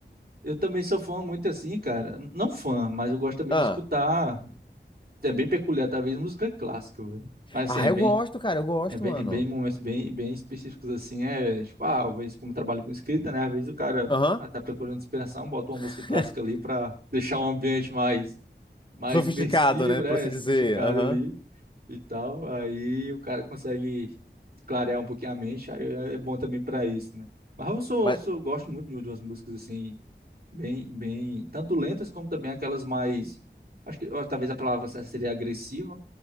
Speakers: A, on the right; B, on the left.
A: eu também sou fã muito assim, cara. Não fã, mas eu gosto também
B: Ah,
A: de escutar É bem peculiar, talvez música clássica, velho. Mas
B: ah,
A: assim, é bem,
B: eu gosto, cara, eu gosto,
A: é bem,
B: mano.
A: é bem momentos bem, bem específicos assim, é tipo, ah, às vezes como eu trabalho com escrita, né? Às vezes o cara
B: Aham.
A: ah, tá procurando inspiração, bota uma
B: <laughs>
A: música clássica ali pra deixar o ambiente mais, mais
B: Sofisticado,
A: imersivo,
B: né?
A: né?
B: Por assim
A: Sofisticado
B: dizer. Aham.
A: ali e tal. Aí o cara consegue clarear um pouquinho a mente, aí é é bom também pra isso, né? Mas eu sou,
B: Mas.
A: sou gosto muito de de umas músicas assim, bem, bem, tanto lentas como também aquelas mais Acho que ó, talvez a palavra certa seria agressiva,